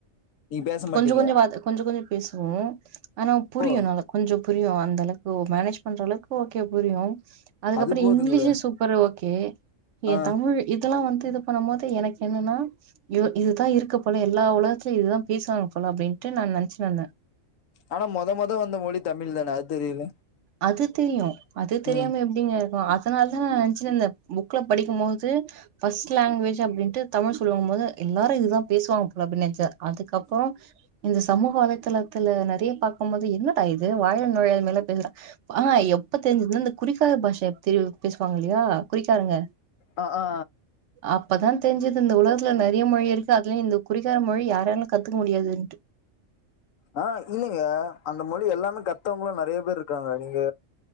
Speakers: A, on the left (about 80°); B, on the right (about 70°).
A: நீங்க பேச மாட்டீங்க
B: கொஞ்சோ கொஞ்சொ வார்த்த கொஞ்சோ கொஞ்சோ பேசுவோ ஆனா புரியு
A: ஓ
B: நல்லா கொஞ்சோ புரியு அந்தளவுக்கு ஓ மேனேஜ் பண்ற அளவுக்கு ஓகே புரியு அதுக்கப்புறோ
A: அது போதுங்களே
B: இங்கிலீஷு சூப்பரு ஓகே
A: ஆ
B: தமிழ் இதெல்லா வந்து இது பண்ணும் போது எனக்கு என்னன்னா இதுதா இருக்கு போல எல்லா ஒலகத்துலயு இதுதா பேசுவாங்க போல அப்படின்ட்டு நா நெனச்சுட்டுர்ந்தே
A: ஆனா மொத மொத வந்த மொழி தமில் தானே தெரியல
B: அது தெரியு அது தெரியாம
A: ம்
B: எப்படிங்க இருக்கு அதனால தா நா நெனச்சுட்டுர்ந்த புக்ல படிக்கும்போது ஃபர்ஸ்ட் லாங்கேஜ் அப்டின்ட்டு தமிழ் சொல்லும்போது எல்லாரு இததா பேசுவாங்க போல அப்பீன்னு நென்ச்ச அதுக்கப்புறோ இந்த சமூக வலைதளத்துல நறைய பாக்கும்போது என்னடா இது வாயில நுழையாத மாரிலா இந்த இதுதா ஆ எப்ப தெரிஞ்சதுன்னா இந்த குறிக்காற பாஷ தே பேசுவாங்க இல்லையா குறிக்காருங்க
A: ஆ ஆ
B: அப்பதா தெரிஞ்சிது இந்த உலகத்துல நறைய மொழி இருக்கு அதுலையு இந்த குறிகார மொழி யாராலையு கத்துக்க முடியாதுன்ட்டு
A: ஆ இல்லைங்க அந்த மொழி எல்லாமே கத்தவங்களு நறைய பேர் இருக்காங்க நீங்க